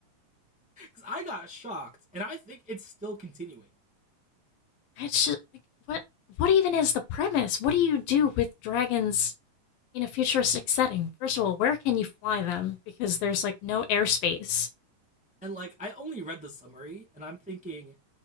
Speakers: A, in the centre; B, on the left.
A: Because I got shocked, and I think it's still continuing.
B: It's just like, what what even is the premise? What do you do with dragons in a futuristic setting? First of all, where can you fly them? Because there's like no airspace.
A: And like, I only read the summary, and I'm thinking,